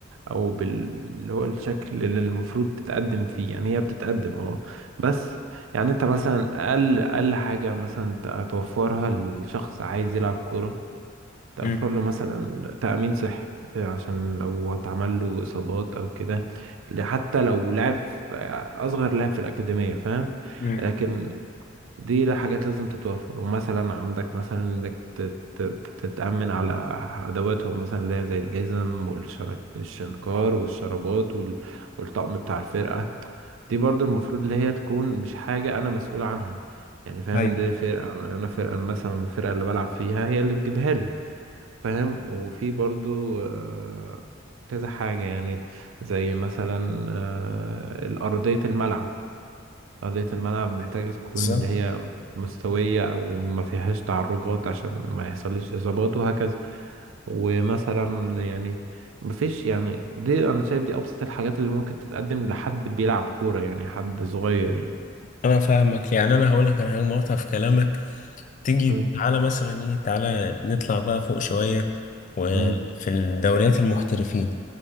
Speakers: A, on the right (about 80°); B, on the left (about 40°).
A: او بال اللي هو الشكل اللي المفروض تتقدم فيه يعني هي بتتقدم اه بس يعني انت مثلا اقل اقل حاجه مثلا ت- توفرها لشخص عايز يلعب كوره توفر
B: امم
A: له مثلا تامين صحي آه، عشان لو اتعمل له اصابات او كده حتى لو لعب في- آه، اصغر لاعب في الاكاديميه فاهم
B: امم
A: لكن دي لا حاجات لازم تتوفر ومثلا عندك مثلا انك تت- تت- تتأمن على ادواتهم مثلا اللي هي زي الجزم والشنكار والشرابات وال- والطقم بتاع الفرقة دي برضو المفروض اللي هي تكون مش حاجة انا مسؤول عنها يعني فاهم
B: ايوه
A: دي فرقة انا فرقة مثلا الفرقة اللي بلعب فيها هي اللي تجيبها لي فاهم وفي برضو آه، كذا حاجة يعني زي مثلا آه، الأرضية الملعب أرضية الملعب محتاجة تكون
B: بالظبط
A: اللي هي مستوية أو ما فيهاش تعرجات عشان ما يحصلش إصابات وهكذا ومثلا يعني مفيش يعني دي أنا شايف دي أبسط الحاجات اللي ممكن تتقدم لحد بيلعب كورة يعني حد صغير يعني
B: انا فاهمك يعني انا هقولك على حاجة مقاطعة في كلامك تيجي
A: مم.
B: تعالى مثلا ايه تعالى نطلع بقى فوق شوية وفي
A: مم.
B: الدوريات المحترفين